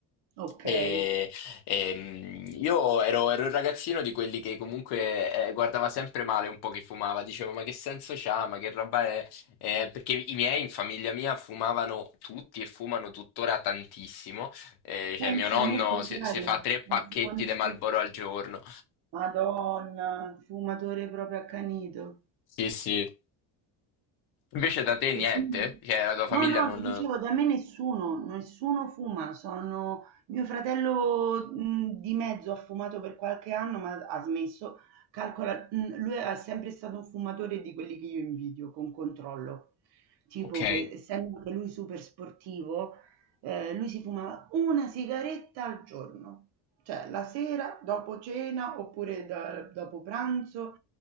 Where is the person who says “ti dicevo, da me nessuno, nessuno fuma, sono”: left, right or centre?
Right